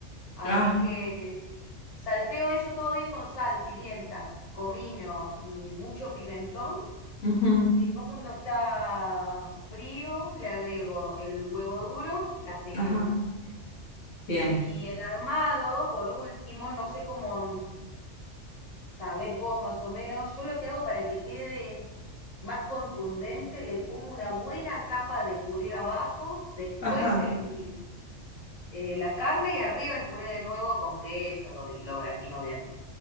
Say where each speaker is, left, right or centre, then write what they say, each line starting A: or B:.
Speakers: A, on the left (about 30°); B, on the left (about 80°).
A: Así
B: Ah.
A: que salteo eso todo bien con sal, pimienta, comino y mucho pimentón.
B: ujú,
A: Y después cuando está frío le agrego el huevo duro, la aceituna.
B: Ajá. Bien.
A: Y el armado, por último, no sé cómo sabés vos más o menos, yo lo que hago para que quede más contundente, le pongo una buena capa de puré abajo, después
B: Ajá.
A: el, eh, la carne y arriba el puré de nuevo con queso y lo gratino bien.